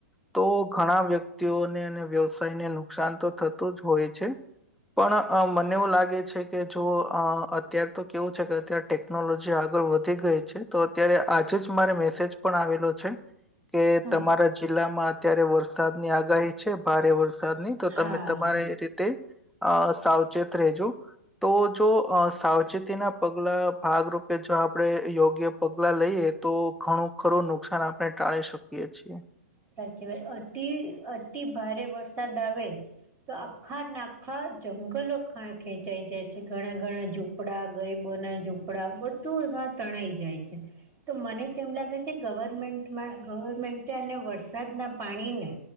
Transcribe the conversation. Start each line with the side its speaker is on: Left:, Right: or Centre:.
Centre: તો ઘણા વ્યક્તિઓને અને વ્યવસાયને નુકસાન તો થત- તુ જ હોય છે. પણ અ મને એવું લાગે છે, કેજો અ અત્યાર તો કેવું છે, કે કે ટેકનોલોજી આગળ વધી ગઈ છે, તો અત્યારે આજે જ મારે મેસેજ પણ આવેલો છે. કે
Right: હા
Centre: તમારા જિલ્લામાં અત્યારે વરસાદની આગાહી છે, ભારે વર સાદની તો
Right: હા
Centre: તમે તમારે રીતે અ સાવચેત રેજો તોજો સાવચેતીના પગ ગલાં ભાગરૂપે જો આપણે યોગ્ય પગલાં લઈએ, તો ઘણું ખરું નુકસાન આપણે ટાળી શક કીએ છીએ.
Right: સાચવાય અતિ અતિભારે વરસાદ આવે તો આખા નાખા જંગલો ખ ખેંચાઈ જાય છે, ઘણા ઘણા જો પડા, ગરીબો ના ઝૂપડા બધું એમાં તણાઈ જાય છે. તો મને તેમ લાગે છે, ગવર્મેન્ટમાં ગવર્મેન્ટ અને વરસાદના પાણીને